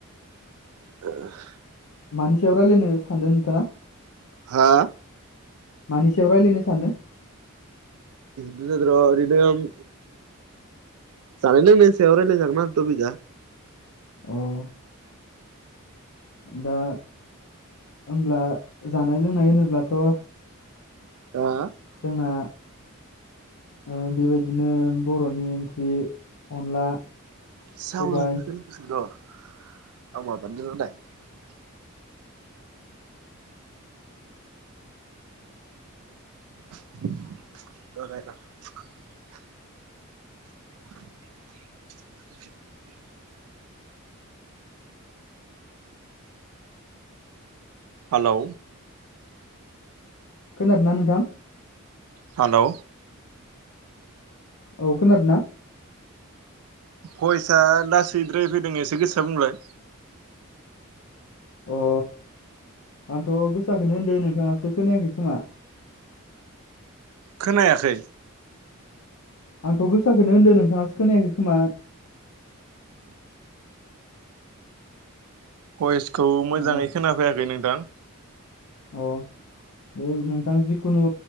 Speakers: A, on the right; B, on the left.
A: <inaudible>
B: मानि सायाव रायलायनो सानदों नोंथाङा?
A: हा?
B: मानि सायाव रायज्लायनो सान्दों?
A: बेनोथ' जादोंर' ओरैनो ओम जानाय लोंनायनि सायाव रायलायजागोन आरो तफिकआ
B: औ दा होब्ला जानाय लोंनाय होनोब्लाथ'
A: हा?
B: जोंना ओ बेबायदिनो बर'नि ओंख्रि अनला
A: <unintelligible>
B: सबाय
A: र <unintelligible> <unintelligible> <inaudible> हालौ
B: खोनादोंना नोंथां?
A: हालौ
B: औ खोनादों ना?
A: भयसा लासैद्राय फैदों एसे गोसोआ बुंलाय।
B: अ आंथ' गोसाखौनो होनदो नोंथाङासो खोनायाखै खोमा?
A: खोनायाखै।
B: आंथ' गोसाखोनो होनदों नोंथाङासो खोनायाखै खोमा।
A: भयेस खौ मोजाङै
B: अ
A: खोनाफैयाखै नोंथां।
B: अ दे नोंथां जिखुनु